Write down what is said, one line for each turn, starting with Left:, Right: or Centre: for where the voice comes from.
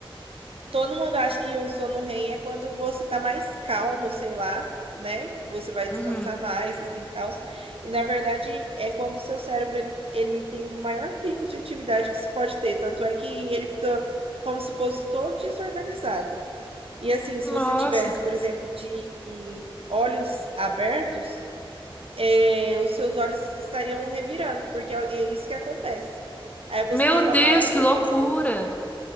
Right: todo mundo acha que o sono REM é quando você tá mais calmo, sei lá, né? Que Você vai descansar
Left: Uhum.
Right: mais, assim, tal. E na verdade é quando o seu cérebro ele, ele tem o maior pico de atividade que se pode ter, tanto é que ele fica como se fosse todo desorganizado. E assim, se
Left: Nossa,
Right: você tivesse, por exemplo, de olhos abertos, é, os seus olhos estariam revirando, porque é é isso que acontece. Aí você
Left: meu
Right: tem uma
Left: Deus,
Right: paralisia
Left: que loucura.